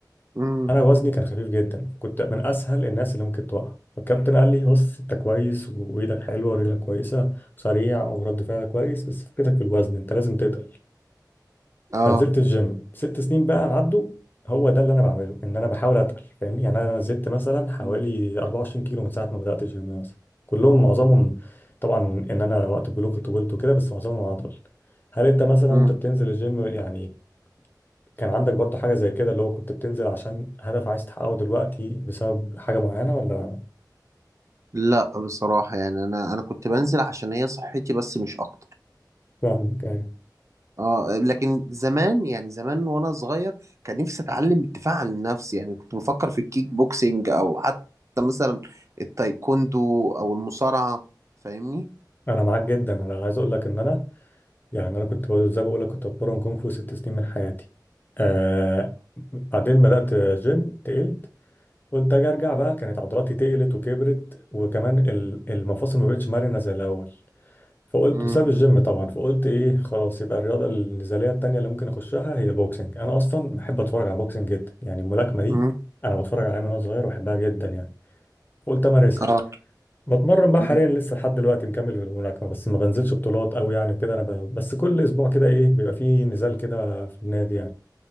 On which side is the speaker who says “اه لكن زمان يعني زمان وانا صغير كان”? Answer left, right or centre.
Right